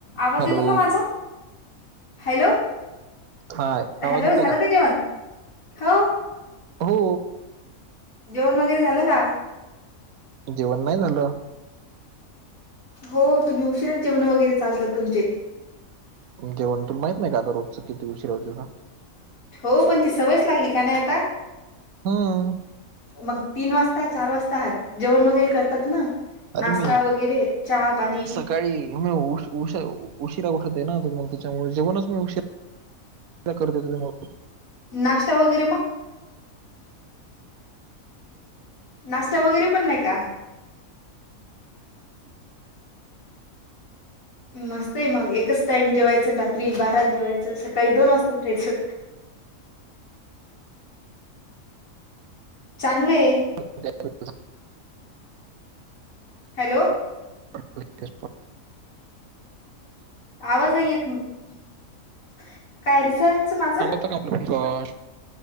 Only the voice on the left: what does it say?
आवाज
येतो का माझा? हॅलो,
हॅलो
झालं का जेवण? हो.
जेवण वगैरे झालं का?
हो, तुम्ही उशिराच, जेवणं वगैरे चालतात तुमचे.
हो पण ती सवयच लागली का नाही आता,
मग तीन वाज आता चार वाजतात, जेवण वगैरे करतात ना,
नाश्ता
वगैरे चहा पाणी.
नाश्ता वगैरे मग? नाश्ता वगैरे पण नाही का? मस्त आहे मग एकच टाईम जेवायचं रात्री बाराला जेवायचं आणि सकाळी दोन वाजता उठायचं. चांगले
हॅलो.
आवाज नाही येत तुम <inaudible> काय रिसर्चच माझं